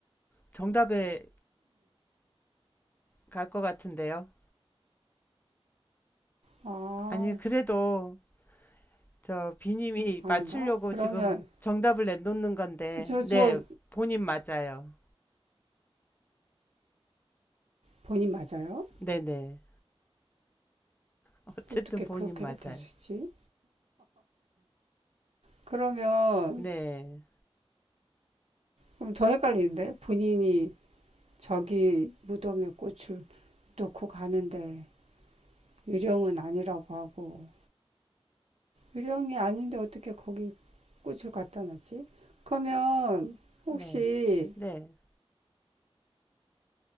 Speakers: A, on the left; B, on the right.
A: 정답에 갈 것 같은데요.
B: 아,
A: 아니, 그래도 저 비님이
B: 아닌가?
A: 맞추려고
B: 그러면
A: 지금 정답을 내놓는 건데,
B: 저,
A: 네,
B: 저
A: 본인 맞아요.
B: 본인 맞아요?
A: 네네. 어쨌든
B: 어떻게
A: 본인
B: 그렇게가
A: 맞아요.
B: 될 수 있지? 그러면
A: 네,
B: 그럼 더 헷갈리는데 본인이 자기 무덤에 꽃을 놓고 가는데 유령은 아니라고 하고 유령이 아닌데 어떻게 거기 꽃을 갖다 놨지? 그러면 혹시
A: 네, 네.